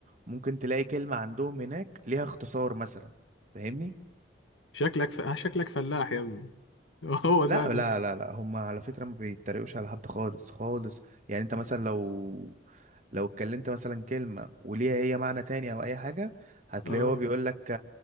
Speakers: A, on the right; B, on the left.
A: ممكن تلاقي كلمة عندهم هناك ليها اختصار مثلا فاهمني
B: شكلك ف... آه، شكلك فلاح يا ابني <laughs> هو
A: لا
B: سهل
A: لا لا لا هم على فكرة ما بيتريقوش على حد خالص خالص يعني انت مثلا لو لو اتكلمت مثلا كلمة وليها هي معنى تاني او اي حاجة هتلاقيه
B: اه
A: هو بيقول لك